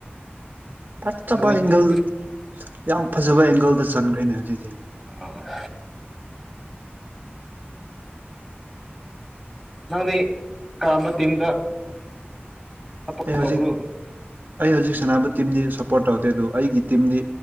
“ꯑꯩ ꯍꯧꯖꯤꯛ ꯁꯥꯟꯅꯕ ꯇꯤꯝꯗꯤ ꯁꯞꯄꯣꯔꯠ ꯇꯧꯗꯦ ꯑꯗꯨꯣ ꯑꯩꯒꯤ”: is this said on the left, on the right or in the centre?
Right